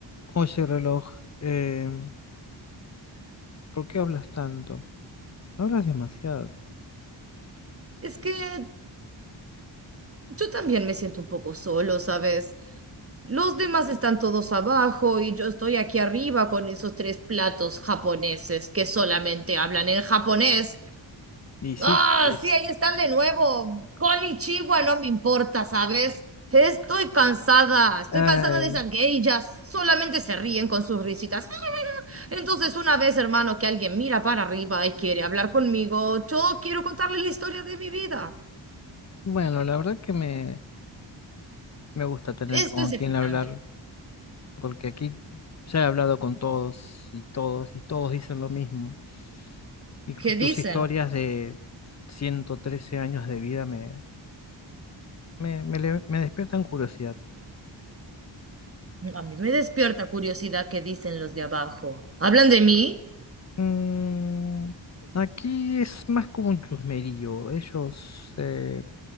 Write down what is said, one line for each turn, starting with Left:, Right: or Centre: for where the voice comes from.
Left: Oye, reloj, eh, ¿por qué hablas tanto? Hablas demasiado.
Right: Es que Yo también me siento un poco solo, ¿sabes? Los demás están todos abajo y yo estoy aquí arriba con esos tres platos japoneses que solamente hablan en japonés.
Left: Y sí,
Right: ¡Ah!
Left: es...
Right: sí, ahí están de nuevo. Konnichiwa, no me importa, ¿sabes? Estoy cansada, estoy
Left: Ay,
Right: cansada de esas geishas. Solamente se ríen con sus risitas. <laughs> Entonces, una vez, hermano, que alguien mira para arriba y quiere hablar conmigo, yo quiero contarle la historia de mi vida.
Left: bueno, la verdad que me, me gusta tener
Right: Esto
Left: con
Right: es
Left: quien
Right: excitante.
Left: hablar porque aquí ya he hablado con todos y todos y todos dicen lo mismo. Y, cu-
Right: ¿Qué
Left: tus
Right: dicen?
Left: historias de 113 años de vida me, me, me le- me despiertan curiosidad.
Right: A mí me despierta curiosidad qué dicen los de abajo. ¿Hablan de mí?
Left: Mm, aquí es más como un chusmerío. Ellos, eh,